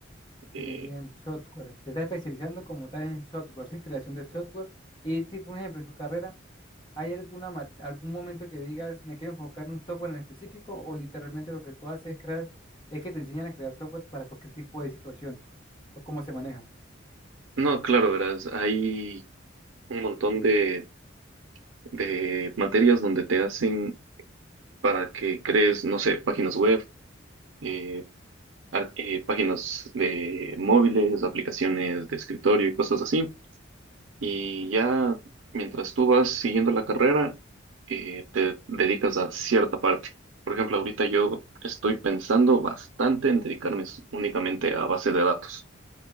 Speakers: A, on the right (about 85°); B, on the left (about 25°).
A: Eh,
B: Ingeniería en software. Se está especializando como tal en software, sí, creación de software. Y tipo, un ejemplo, en su carrera, ¿hay alguna, ma- algún momento que diga, me quiero enfocar en un software en específico o literalmente lo que tú haces es crear, es que te enseñan a crear software para cualquier tipo de situación o cómo se maneja?
A: no, claro, verás, hay un montón de, de materias donde te hacen para que crees, no sé, páginas web, eh, ar- eh, páginas de móviles, aplicaciones de escritorio y cosas así. Y ya mientras tú vas siguiendo la carrera, eh, te dedicas a cierta parte. Por ejemplo, ahorita yo estoy pensando bastante en dedicarme s- únicamente a base de datos.